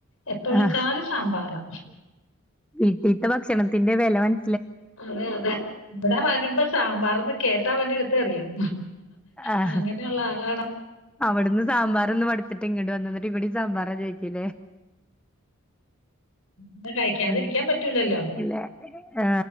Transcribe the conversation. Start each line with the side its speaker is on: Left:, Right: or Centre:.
Left: എപ്പ വിളിച്ചാലും
Centre: ആഹ്
Left: സാമ്പാറാ.
Centre: വീട്ടീത്തെ ഭക്ഷണത്തിന്റെ വിലവൻ-
Left: അതെ അതെ ഇവിടെ വരുമ്പോ സാമ്പാർന്ന് കേട്ടാ അവന്നടുത്ത് എറിയും.
Centre: ആഹ്
Left: ആ അങ്ങനെയുള്ള ആളാണ്.
Centre: അവിടുന്ന് സാമ്പാർ ഒന്ന് പടുത്തിട്ട് ഇങ്ങോട്ട് വന്നന്നിട്ട് ഇവിടെ സാമ്പാറാ ചോയിക്കില്ലേ.?
Left: അന്ന് കഴിക്കാതിരിക്കാൻ
Centre: മ്
Left: പറ്റൂലല്ലോ
Centre: ഇല്ല ആ